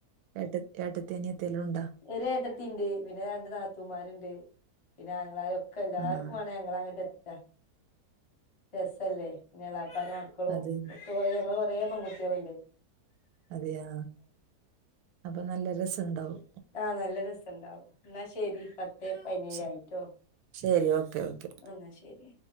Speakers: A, on the right; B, on the left.
A: ഏട്ട ഏട്ടത്തി അനിയത്തില്ലണ്ടോ?
B: ഒര് ഏട്ടത്തി ഉണ്ട് പിന്നെ രണ്ട് നാത്തൂമാരുണ്ട് പിന്നെ ആങ്ങളാരൊക്കെ- എല്ലാർക്കും
A: ആഹ്
B: വേ ഞങ്ങള് അങ്ങട്ട് എത്ത- രസല്ലേ പിന്നെ എളാപ്പാര മക്കളും
A: അത്
B: ഒക്കെ കുറ ഞങ്ങള് കുറേ പെൺകുട്ടികളുണ്ടേ
A: അതെയാ അപ്പൊ നല്ല രസണ്ടാവും.
B: ആഹ നല്ല രസണ്ടാവും എന്നാൽ ശരി പത്തെ പതിനേഴ്
A: ശ-
B: ആയിട്ടോ.
A: ശരി ഓക്കെ ഓക്കെ
B: എന്ന ശരി